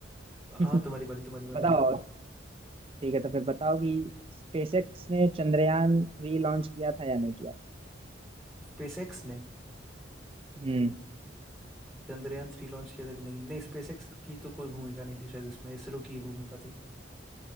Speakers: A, in the centre; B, on the right.
A: हाँ
B: <laughs>
A: तुम्हारी बारी तुम्हारी बारी
B: बताओ
A: भाई
B: ठीक है तो फिर बताओ कि स्पेसएक्स ने चंद्रयान थ्री लॉन्च किया था या नहीं
A: स्पेसएक्स ने
B: किया
A: चंद्रयान थ्री लॉन्च किया था कि नहीं नहीं स्पेसएक्स की तो कोई भूमिका नहीं थी शायद इसमें इसरो की ही भूमिका थी